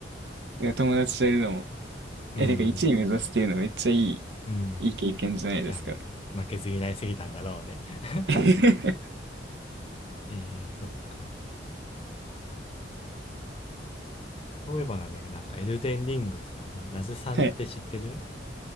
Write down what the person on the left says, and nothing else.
うん。
うん。
いや、もうね、負けず嫌いすぎたんだろうね。<laughs>
えー、そっか。そういえばなんだけど、なんかエルデンリングさ、ラズさんって知ってる